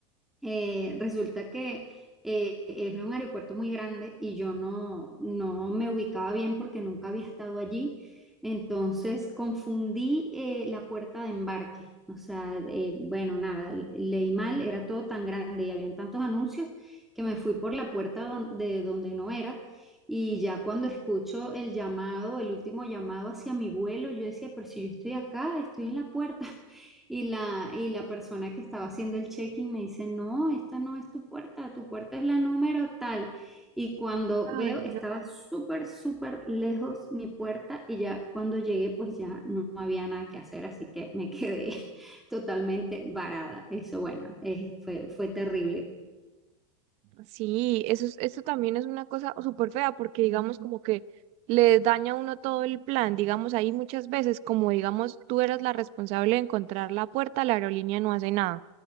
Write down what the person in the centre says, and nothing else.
Eh, resulta que eh, es un aeropuerto muy grande y yo no, no me ubicaba bien porque nunca había estado allí. Entonces confundí eh, la puerta de embarque. O sea, eh, bueno, nada, leí mal, era todo tan grande y habían tantos anuncios que me fui por la puerta don- de donde no era. Y ya cuando escucho el llamado, el último llamado hacia mi vuelo, yo decía, pero si yo estoy acá, estoy en la puerta. Y la, y la persona que estaba haciendo el check-in me dice, no, esta no es tu puerta, tu puerta es la número tal. Y cuando
veo,
estaba súper, súper lejos mi puerta y ya cuando llegué, pues ya no había nada que hacer, así que me quedé <laughs> totalmente varada. Eso, bueno, eh, fue, fue terrible.